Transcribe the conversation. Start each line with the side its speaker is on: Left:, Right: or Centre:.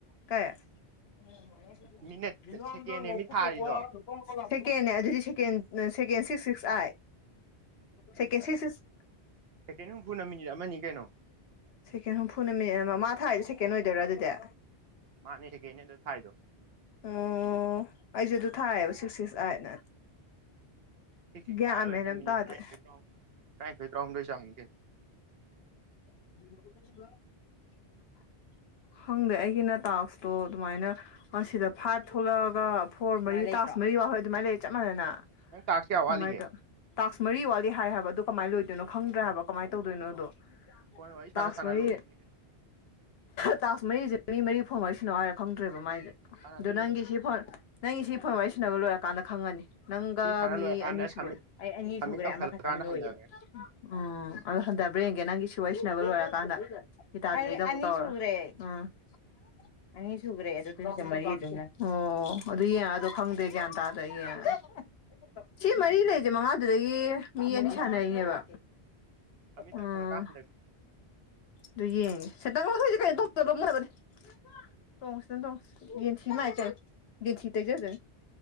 Left: ꯀꯧ <unintelligible>
Right: ꯃꯤꯅꯠ ꯁꯦꯀꯦꯟ ꯑꯃꯤ ꯊꯥꯔꯤꯗꯣ
Left: ꯁꯦꯀꯦꯟꯅꯦ ꯑꯗꯨꯗꯤ second second six six eight second six six
Right: second ꯍꯨꯝꯐꯨꯅ ꯃꯤꯅꯤꯠ ꯑꯃꯅꯤ ꯀꯩꯅꯣ
Left: ꯁꯦꯀꯦꯟ ꯍꯨꯝꯐꯨꯅ ꯃꯤꯃꯤꯠ ꯑꯃꯥ ꯃꯥ ꯊꯥꯏꯗꯣ ꯁꯦꯀꯦꯟ ꯑꯣꯏꯗꯣꯏꯔꯥ ꯑꯗꯨꯗꯤ
Right: ꯃꯥꯅꯤ ꯁꯦꯀꯦꯟꯅꯦ ꯑꯗ ꯊꯥꯏꯗꯣ
Left: ꯑꯣ ꯑꯩꯁꯨ ꯑꯗꯨ ꯊꯥꯏꯌꯦꯕ ꯁꯤꯛꯁ ꯁꯤꯛꯁ ꯑꯥꯏꯠꯅ
Right: ꯁꯤꯛꯁ ꯁꯤꯛꯁ
Left: ꯒ꯭ꯌꯥꯟ
Right: ꯇꯥꯏꯔ ꯑꯣꯏꯔꯗꯤ
Left: ꯃꯦꯟ ꯑꯝ
Right: ꯃꯤꯅꯤꯠ
Left: ꯇꯥꯗꯦ
Right: ꯇꯔꯥꯅꯤꯊꯣꯏ ꯇꯔꯥꯅꯤꯊꯣꯏ ꯇꯔꯥꯍꯨꯝꯗꯣꯏ ꯆꯥꯡꯅꯤ ꯀꯩꯅꯣ
Left: <inaudible> ꯈꯪꯗꯦ ꯑꯩꯒꯤꯅ ꯇꯥꯛꯁꯇꯣ ꯑꯗꯨꯃꯥꯏꯅ ꯁꯤꯗ ꯐꯥꯏꯚ ꯊꯣꯛꯂꯛꯑꯒ ꯐꯣꯔ ꯃꯔꯤ ꯇꯥꯁ ꯃꯔꯤ ꯋꯥꯎꯍꯣꯏ ꯑꯗꯨꯃꯥꯏꯅ ꯂꯩꯔ ꯆꯞ ꯃꯥꯟꯅꯅ
Right: ꯅꯪ ꯇꯥꯛꯁ ꯀꯌꯥ ꯋꯥꯠꯂꯤꯒꯦ
Left: ꯅꯨꯡꯃꯥꯏꯇ ꯇꯥꯛꯁ ꯃꯔꯤ ꯋꯥꯠꯂꯤ ꯍꯥꯏ ꯍꯥꯏꯕ ꯑꯗꯨ ꯀꯃꯥꯏꯅ ꯂꯣꯏꯗꯣꯏꯅꯣ ꯈꯪꯗ꯭ꯔꯦ ꯍꯥꯏꯕ ꯀꯃꯥꯏꯅ ꯇꯧꯗꯣꯏꯅꯣꯗꯨ
Right: ꯐꯣꯟ ꯋꯥꯔꯤ ꯁꯥꯟꯅ
Left: ꯇꯥꯁ
Right: ꯁꯥꯟꯅ
Left: ꯃꯔꯤ
Right: ꯂꯣꯏꯗꯣꯏꯅꯤ
Left: ꯇꯥꯛꯁ ꯃꯔꯤꯁꯦ ꯃꯤ ꯃꯔꯤ ꯐꯣꯡꯋꯥꯔꯤ ꯁꯥꯟꯅꯧ ꯍꯥꯏꯔ ꯈꯪꯗ꯭ꯔꯦꯕ ꯃꯥꯏꯁꯦ ꯑꯗꯣ
Right: ꯁꯥꯟꯅꯗꯣꯏꯅꯦ
Left: ꯅꯪꯒꯤ ꯁꯤ ꯐꯣꯟ ꯅꯪꯒꯤ ꯁꯤ ꯐꯣꯔ ꯋꯥꯔꯤ ꯁꯤꯟꯅꯅꯕ ꯂꯣꯏꯔꯀꯥꯟꯗ ꯈꯪꯉꯅꯤ ꯅꯪꯒ
Right: ꯁꯤ ꯁꯥꯟꯅ
Left: ꯃꯤ
Right: ꯂꯣꯏꯔꯀꯥꯟꯗ
Left: ꯑꯅꯤ ꯁꯨꯕ
Right: ꯁꯝꯃꯤꯠ
Left: ꯑꯩ ꯑꯅꯤ
Right: ꯁꯝꯃꯤꯠ
Left: ꯁꯨꯒ꯭ꯔꯦ
Right: ꯇꯧꯁꯜꯂꯀꯥꯟꯗ
Left: ꯑꯃꯈꯛꯇꯪ ꯂꯣꯏꯌꯦ
Right: ꯍꯟꯊꯈ꯭ꯔꯦ
Left: ꯎꯝ ꯑꯗꯣ ꯍꯟꯊꯕ꯭ꯔ ꯍꯡꯒꯦ ꯅꯪꯒꯤ ꯁꯤ ꯋꯥꯔꯤ ꯁꯤꯟꯅꯕ ꯂꯣꯏꯔꯀꯥꯟꯗ ꯑꯩ ꯑꯅꯤ ꯁꯨꯒ꯭ꯔꯦ ꯑꯥ ꯑꯅꯤ ꯁꯨꯈ꯭ꯔꯦ ꯑꯗꯨ ꯑꯗꯨꯗ ꯃꯔꯤ ꯑꯗꯨꯝ ꯂꯩ ꯑꯣ ꯑꯗꯨ ꯌꯦꯡꯉꯛ ꯑꯗꯣ ꯈꯪꯗ꯭ꯔꯦ ꯒ꯭ꯌꯥꯟ ꯇꯥꯗ꯭ꯔ ꯑꯩ ꯌꯦꯡꯉ ꯁꯤ ꯃꯔꯤ ꯂꯩꯁꯦ ꯃꯉꯥꯗꯨꯗꯒꯤ ꯃꯤ ꯑꯅꯤ ꯁꯥꯟꯅꯔꯤꯅꯦꯕ
Right: ꯑꯃꯤꯠ ꯇꯧꯀꯤꯂꯛ
Left: ꯎꯝ
Right: ꯀꯥꯟ ꯍꯟꯗꯔꯛ
Left: ꯑꯗꯨ ꯌꯦꯡꯉꯦ ꯁꯦꯟꯗꯟ ꯂꯧꯊꯣꯛ ꯏꯁꯦ ꯀꯩꯅꯣ <unintelligible> ꯃꯣꯠꯅꯕꯅꯤ ꯇꯣꯡꯁꯤꯅꯣꯡ ꯌꯦꯟꯊꯤ ꯃꯥꯏꯀꯩ ꯌꯦꯟꯊꯥ ꯇꯩꯖ ꯖꯅꯤ